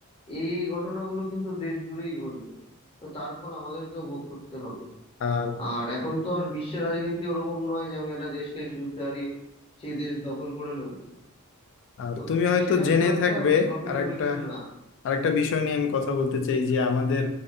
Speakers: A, on the left; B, on the left.
A: এই এই ঘটনাগুলো কিন্তু দেশ জুড়েই ঘটবে তো তার ফল আমাদেরকেও ভোগ করতে হবে
B: আর
A: আর এখন তো আর বিশ্বের রাজনীতি ওরকম নয় যে আমি একটা দেশকে যুদ্ধে হারিয়ে সেই দেশ দখল করে নেব
B: আর
A: তো
B: তুমি হয়তো
A: সেটা
B: জেনে
A: খুব একটা
B: থাকবে
A: প্রফিটেবল
B: আর একটা
A: কিছু না
B: আর একটা বিষয় নিয়ে আমি কথা বলতে চাই যে আমাদের